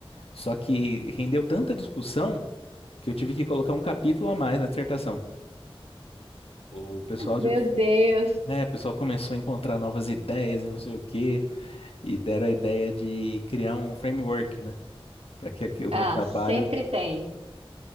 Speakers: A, on the left; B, on the right.
A: Só que rendeu tanta discussão. que eu tive que colocar um capítulo a mais na dissertação. O pessoal,
B: meu
A: tipo,
B: Deus.
A: né, o pessoal começou a encontrar novas ideias e não sei o quê, e deram a ideia de criar um framework, né, para que, que o
B: Ah,
A: meu trabalho
B: sempre tem.